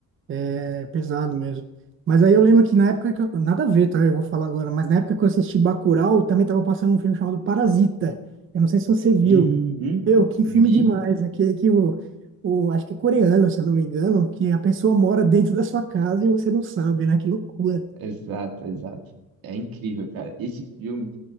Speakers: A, on the right (about 35°); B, on the right (about 70°).
A: é pesado mesmo. Mas aí eu lembro que na época que eu, nada a ver, tá? Eu vou falar agora, mas na época que eu assisti Bacurau, também tava passando um filme chamado Parasita. Eu não sei se você viu.
B: Uhum,
A: Meu, que
B: vi.
A: filme demais, aquele que o, o acho que é coreano, se eu não me engano, que a pessoa mora dentro da sua casa e você não sabe, né? Que loucura.
B: Exato, exato. É incrível, cara. Esse filme,